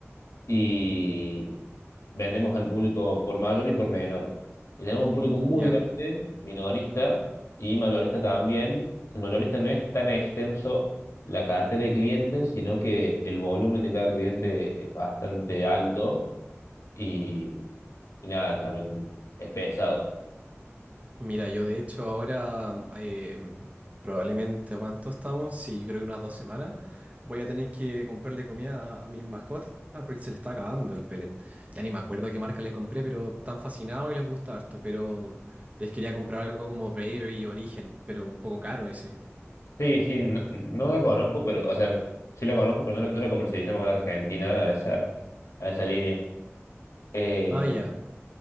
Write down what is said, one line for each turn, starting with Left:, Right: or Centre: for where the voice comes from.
Left: Y vendemos al público por mayor y por menor. Y tenemos un público muy
Right: Ya.
Left: grande, minorista y mayorista también. El mayorista no es tan extenso la cartera de clientes, sino que el volumen de cada cliente es bastante alto y, y nada, también es pesado.
Right: Mira, yo de hecho ahora eh, probablemente, ¿cuánto estamos? Sí, yo creo que unas dos semanas. Voy a tener que comprarle comida a, a mis mascotas porque se le está acabando el pellet. Ya ni me acuerdo qué marca le compré, pero están fascinados y les gusta harto. Pero les quería comprar algo como Bravery Origen, pero un poco caro ese.
Left: Sí, sí, no, no la conozco, pero, o sea, sí la conozco, pero no, no la comercializamos acá en Argentina a esa, a esa línea. Eh,
Right: Ah, ya.